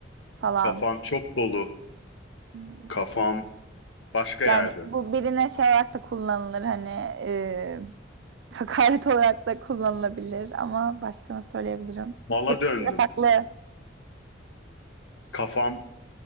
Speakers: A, on the right; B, on the left.
A: falan.
B: Kafam çok dolu.
A: Hmm.
B: Kafam başka
A: Yani
B: yerde.
A: bu birine şey olarak da kullanılır hani e, <laughs> hakaret olarak da kullanılabilir ama başka nasıl söyleyebilirim?
B: Mala
A: Hepsi
B: döndüm.
A: farklı.
B: Kafam